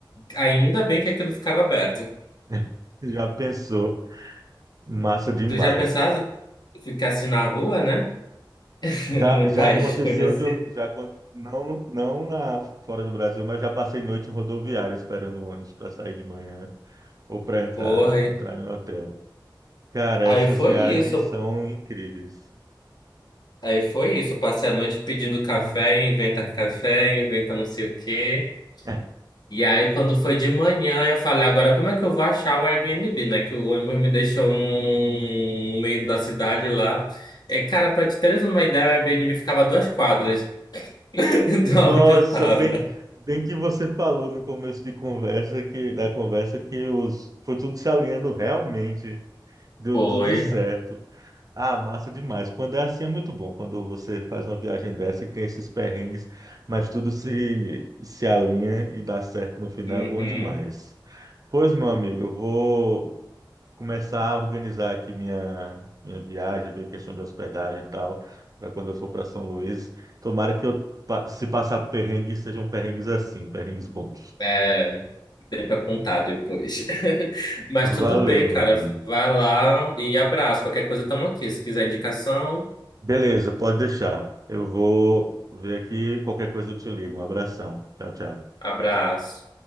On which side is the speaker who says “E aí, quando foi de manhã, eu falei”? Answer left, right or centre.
Left